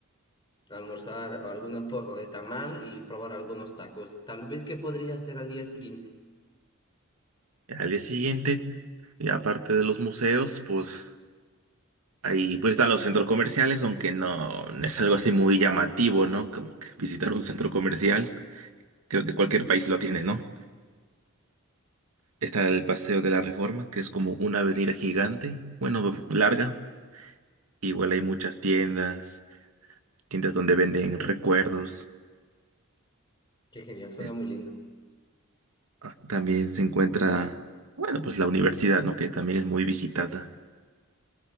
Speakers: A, on the left; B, on the right.
A: almorzar alguna torta de tamal y probar algunos tacos. Tal vez que podría hacer al día siguiente.
B: Al día siguiente, y aparte de los museos, pues Ahí pues están los centros comerciales, aunque no, no es algo así muy llamativo, ¿no? Como que visitar un centro comercial, creo que cualquier país lo tiene, ¿no? Está el Paseo de la Reforma, que es como una avenida gigante, bueno, larga. Igual hay muchas tiendas, tiendas donde venden recuerdos.
A: Qué genial, suena
B: Es-
A: muy lindo.
B: ah, También se encuentra, bueno, pues la universidad, ¿no? Que también es muy visitada.